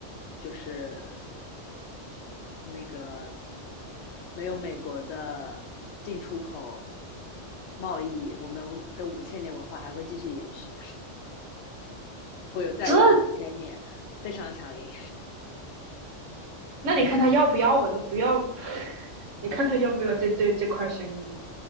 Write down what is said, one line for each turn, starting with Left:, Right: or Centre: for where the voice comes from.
Left: 就是那个没有美国的进出口贸易，我们的五千年文化还会继续延续，会有再一个五千年，
Right: 这，
Left: 非常强硬。
Right: 那你看他要不要吧？那不要，<laughs> 你看他要不要这这这块生意嘛？